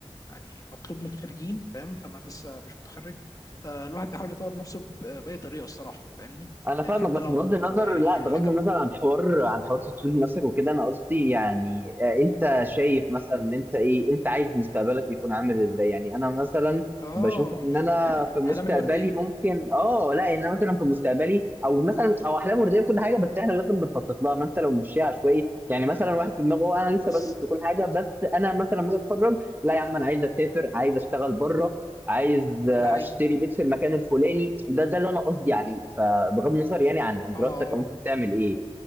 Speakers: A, on the left; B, on the right.
A: يعني مطلوب من الخريجين فاهم فانا لسه مش متخرج فالواحد بيحاول يطور نفسه ب- باي طريقه الصراحه فاهمني
B: انا فاهمك
A: حتى
B: بس
A: لو
B: بغض النظر
A: يعني
B: لا بغض
A: حاجه
B: النظر عن حوار عن حوار تطوير نفسك وكده انا قصدي يعني آه، انت شايف مثلا ان انت ايه انت عايز مستقبلك يكون عامل ازاي يعني انا مثلا
A: اه
B: بشوف ان انا
A: <laughs>
B: في
A: الاحلام
B: مستقبلي
A: الورديه
B: ممكن اه لا ان انا مثلا في مستقبلي او مثلا او احلام ورديه وكل حاجه بس احنا لازم بنخطط لها ما انت لو مشيها عشوائي يعني مثلا واحد في دماغه "أه، انا لسه
A: بس
B: بدرس وكل حاجه بس انا مثلا لما اجي اتخرج لا يا عم انا عايز اسافر عايز اشتغل بره عايز
A: ده حقيقي
B: اشتري بيت في المكان الفلاني ده ده اللي انا قصدي عليه فبغض النظر يعني عن عن دراستك
A: اه آه.
B: او انت بتعمل ايه